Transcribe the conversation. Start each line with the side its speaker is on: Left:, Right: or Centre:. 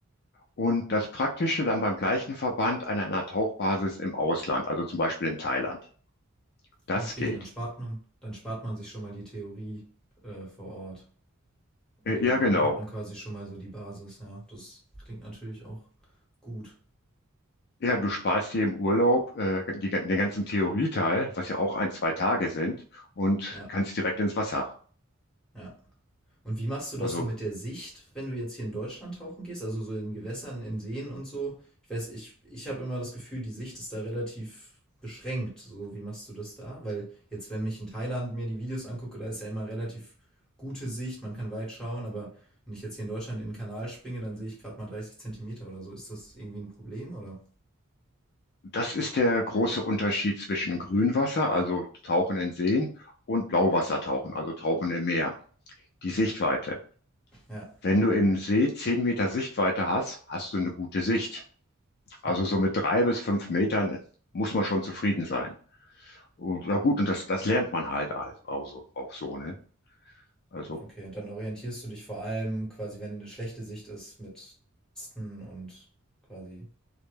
Left: Und das Praktische dann beim gleichen Verband an einer Tauchbasis im Ausland, also zum Beispiel in Thailand. Das
Centre: Okay,
Left: geht.
Centre: dann spart man, dann spart man sich schon mal die Theorie äh, vor Ort. Indem,
Left: Äh, Ja,
Centre: dann
Left: genau.
Centre: hat man quasi schon mal so die Basis, ja. Das klingt natürlich auch gut.
Left: Ja, du sparst dir im Urlaub äh, die, gan- den ganzen Theorieteil, was ja auch ein, zwei Tage sind, und
Centre: Ja,
Left: kannst direkt ins Wasser.
Centre: ja. Und wie machst du
Left: Also
Centre: das so mit der Sicht, wenn du jetzt hier in Deutschland tauchen gehst? Also so in Gewässern, in Seen und so? Ich weiß, ich, ich habe immer das Gefühl, die Sicht ist da relativ beschränkt. So, wie machst du das da? Weil jetzt, wenn ich in Thailand mir die Videos angucke, da ist ja immer relativ gute Sicht, man kann weit schauen, aber wenn ich jetzt hier in Deutschland in den Kanal springe, dann sehe ich gerade mal 30 Zentimeter oder so. Ist das irgendwie ein Problem oder?
Left: das ist der große Unterschied zwischen Grünwasser, also Tauchen in Seen, und Blauwassertauchen, also Tauchen im Meer. Die Sichtweite.
Centre: Ja, ja.
Left: Wenn du im See 10 Meter Sichtweite hast, hast du eine gute Sicht. Also
Centre: Hm.
Left: so mit drei bis fünf Metern muss man schon zufrieden sein. Und, na gut, und das, das lernt man halt als- auch so, auch so, ne? Also,
Centre: Okay, und dann orientierst du dich vor allem quasi, wenn eine schlechte Sicht ist, mit Tasten und quasi